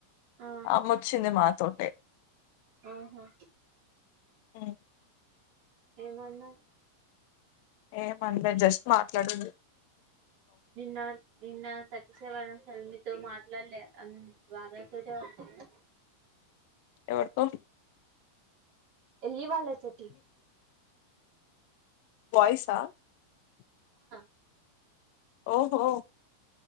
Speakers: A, on the right; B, on the left.
A: ఆ
B: అమ్మొచ్చింది మాతోటే
A: ఓహా
B: ఉమ్,
A: ఏమన్నా
B: ఏమన్లే జస్ట్ మాట్లాడుదు
A: నిన్న నిన్న తర్టీ సెవెన్ సెమి తో మాటలాల్లె అన్ వార తోటే మాట్లాడు
B: ఎవరుతో
A: ఎల్లి వాళ్ళ తోటి
B: వయిసా
A: ర
B: ఓహో